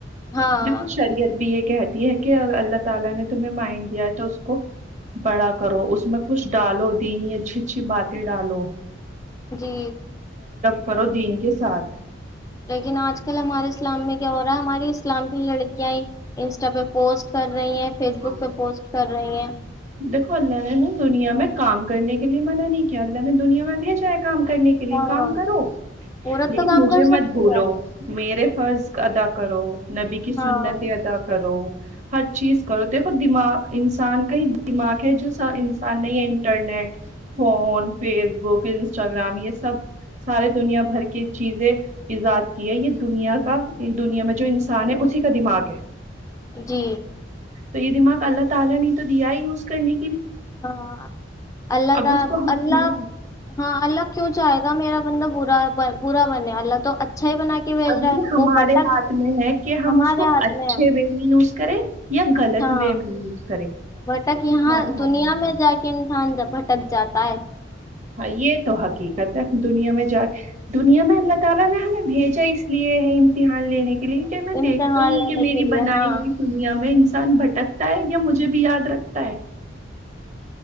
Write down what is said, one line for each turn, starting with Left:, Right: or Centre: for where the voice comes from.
Left: ہاں
Right: دیکھو شریعت بھی یہ کہتے اللہ تعالی نے تمہیں مائن دیا تو اس کو کرو اس میں کچھ ڈالو دینی اچھی اچھی باتیں ڈالو
Left: جی
Right: ف ودین کے ساتھ
Left: لیکن آج کل ہمارے اسلام میں کیا ہو رہا ہے ہماراری اسلام کی لڑکیاں انسٹا پہ پوسٹ کر رہی ہیں فیس بک
Right: ہاں
Left: پہ پوسٹ کر رہی ہیں
Right: دیکھو اللہ نے نا دنیا میں کام کرنے کے لیے منع نہیں کیا اللہ نے دنیا میں بھیجایا گ کام کرنے کے لیے
Left: ہاں
Right: کام کرو
Left: عورت
Right: لیکن
Left: تو کام
Right: مجھے
Left: کر
Right: مت
Left: سکتی
Right: بھولو
Left: ہے
Right: میرے فرض ادا کرو نبی کی
Left: ہاں
Right: سنتیں ادا کرو ہر چیز کرو دیکھو دماغ انسان کا ہی دماغ ہے جو س انسان نے یہ internet phone Facebook Instagram یہ سب سارے دنیا بھر کی چیزیں ایجاد کی ہے یہ دنیا کا دنیا میں جو انسان ہے اسی کا دماغ ہے
Left: جی
Right: بے دماغ اللہ تعالی نے تو دیا ہی یوز کرنی
Left: ہاں اللہ
Right: اب
Left: دال
Right: اس کو ہم
Left: اللہ ہاں اللہ کیوں جائے گا میرا بندہ برا برا بنے اللہ تو اچھا ہی بنا کے بھیج
Right: اب
Left: رہا
Right: یہ
Left: ہے
Right: ہمارے
Left: وہ بھٹک
Right: ہاتھ میں ہے کہ ہم
Left: ہمارے
Right: اس کو
Left: ہاتھ
Right: اچھے
Left: میں ہے.
Right: وے میں یوز کریں یا غلط
Left: ہاں
Right: وے میں یوز کریں
Left: بھٹک یہاں
Right: ہمارے ہاتھ
Left: دنیا
Right: ہوتا
Left: میں
Right: ہے
Left: جا کے انسان بھٹک جاتا پتا ہے
Right: اور یہ تو حقیقت ہے دنیا میں جا دنیا میں اللہ تعالی نے ہمیں بھیجا اس لیے ہے امتحان لینے لک میں
Left: امتحان
Right: دیکھتا ہوں
Left: لینے
Right: کہ میری
Left: کے لیے
Right: بنائی
Left: ہاں
Right: ہوئی دنیا میں انسان بھٹکتا ہے یا مجھے بھی یاد رکھتا ہے